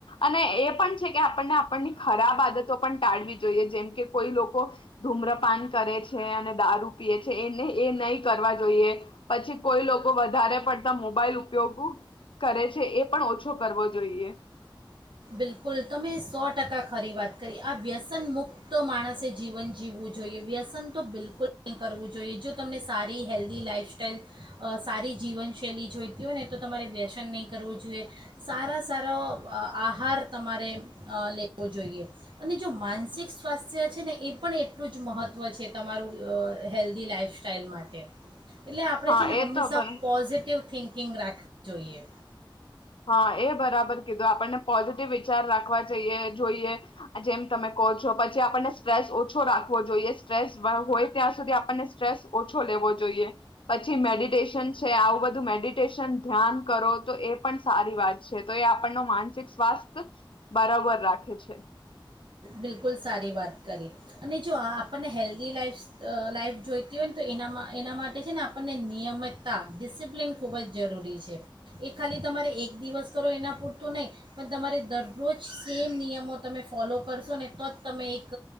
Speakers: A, on the left; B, on the right.
A: અને એ પણ છે કે આપણને આપણની ખરાબ આદતો પણ ટાળવી જોઈએ જેમ કે કોઈ લોકો ધૂમ્રપાન કરે છે અને દારૂ પીએ છે એને એ નહી કરવા જોઈએ પછી કોઈ લોકો વધારે પડતા મોબાઈલ ઉપયોગ કરે છે એ પણ ઓછો કરવો જોઈએ.
B: બિલકુલ તમે સો ટકા ખરી વાત કરી આ વ્યસન મુક્ત માણસે જીવન જીવવું જોઈએ વ્યસન તો બિલકુલ નહીં કરવું જોઈએ જો તમને સારી હેલ્ધી લાઇફસ્ટાાઈલ સારી જીવનશૈલી જોઈતી હોય ને તો તમારે વ્યસન નહીં કરવું જોઈએ સારા સારા આહાર તમારે લેવો જોઈએ અને જો માનસિક સ્વાસ્થ્ય છે ને એ પણ એટલું જ મહત્ત્વ છે તમારું હેલ્ધી લાઈફસ્ટાાઈલ માટે એટલે આપણે
A: હા
B: છે ને
A: એ
B: હંમેશા
A: તો પણ
B: પોઝિટિવ થિંક ગ રાખવી જોઈએ.
A: હા એ બરાબર કીધું. અને પોઝીટીવ વિચાર રાખ જઈ જોઈએ જેમ તમે કહો છો પછી આપને સ્ટ્રેસ ઓછો રાખવો જોઈએ સ્ટ્રેસ હોય ત્યાં સુધી આપણને સ્ટ્રેસ ઓછો લેવો જોઈએ પછી મેડિટેશન છે આવું બધું મેડિટેશન ધ્યાન કરો તો એ પણ સારી વાત છે તો એ આપણ ન માનસિક સ્વાસ્થ્ય બરાબર રાખે છે
B: બિલકુલ સારી વાત કરી અને જો આ આપણને હેલ્ધી લાઈફ લાઈફ જોઈતી હોય ને તો એનામાં એના માટે છે ને આપણને નિયમિતતા ડિસિપ્લિન ખૂબ જ જરૂરી છે એ ખાલી તમારે એક દિવસ કરો એના પૂરતું નહીં પણ તમારે દરરોજ સેમ નિયમો તમે ફોલો કરશો ને તો જ તમે એક